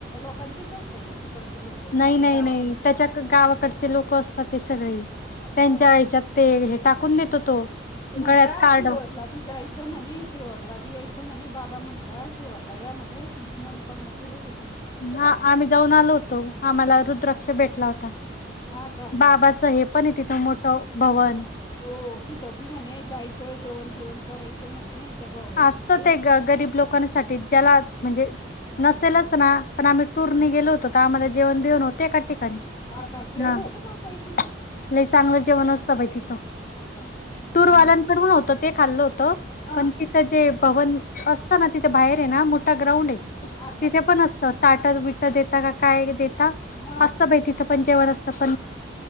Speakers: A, on the left; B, on the left.
A: <unintelligible> इकडचे लोक
B: नाही,
A: आपल्या
B: नाही,
A: गावाकडचे.
B: नाही! त्याच्या गावाकडचे लोक असतात ते सगळे.
A: हो
B: त्यांच्या
A: का
B: याच्यात ते हे टाकून देतो तो.
A: तू म्हणता
B: गळ्यात कार्ड
A: शिव्हरला बी जायचं म्हणे, शिव्हरला बी यायचं - ते म्हणे, बाबा म्हणता शिव्हरला या म्हणे, तुमची मनोकामना पूर्ण व्हिल.
B: हा, आम्ही जाऊन आलो होतो. आम्हाला रुद्राक्ष भेटला होता.
A: हा का?
B: बाबांचं हे पण हे तिथं मोठं भवन.
A: हो, तिथं बी म्हणे जायचं, जेवण-बिवण करायचं म्हणे. त्या भवनामध्ये.
B: असत ते ग गरीब लोकांसाठी, ज्याला म्हणजे नसेलच ना? पण आम्ही - टूरने गेलो होतो आ्हाला जेवणेवन होते का
A: हा का जेवायला
B: <unintelligible>
A: होतं का ओ ताई तिथं?
B: <inaudible>
A: हा का? मग
B: टूरवाल्यांकडून
A: आम्हाला
B: होत. ते खाल्लं हो.
A: हा
B: पण तिथं जे भवन असतं ना, तिथं बाहेर आहे ना मोठा ग्राउंड हे.
A: हा का?
B: तिथे पण असत, ताट-बिट देता का काय देता?
A: हा.
B: असत बाई तिथं पण जेवण असत.